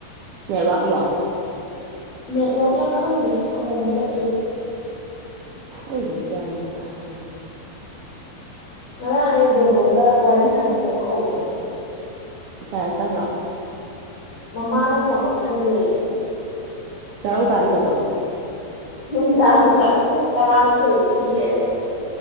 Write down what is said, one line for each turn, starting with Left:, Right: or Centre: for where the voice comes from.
Right: ꯑꯦꯋꯥꯥꯛꯂꯣ
Left: ꯅꯦꯠꯋꯥꯛꯂ ꯈꯪꯗꯦ ꯑꯃꯨꯛ ꯃꯨꯛ ꯆꯠꯇ꯭ꯔꯤ
Right: ꯈꯪꯗꯦ ꯒ꯭ꯌꯥꯟ ꯃꯦꯟ ꯇꯥꯗ꯭ꯔꯦ꯫
Left: ꯉꯔꯥꯡ ꯑꯩꯅ ꯗꯣꯡꯗꯣꯡꯗ ꯋꯥꯔꯤ ꯁꯥꯟꯅꯖꯦꯅ ꯍꯧꯕꯅꯤ꯫
Right: ꯌꯥꯔꯛꯇꯥꯕ꯭ꯔꯣ
Left: ꯃꯃꯥꯅ ꯐꯣꯟ ꯂꯧꯁꯟꯒ꯭ꯔꯦꯌꯦ
Right: ꯇꯥꯝ ꯀꯥꯟꯗꯅꯣ
Left: ꯅꯨꯡꯗꯥꯡꯗ ꯄꯨꯡ ꯇꯔꯥꯃꯥꯊꯣꯏꯕꯨꯗꯤ ꯍꯦꯜꯂꯦ꯫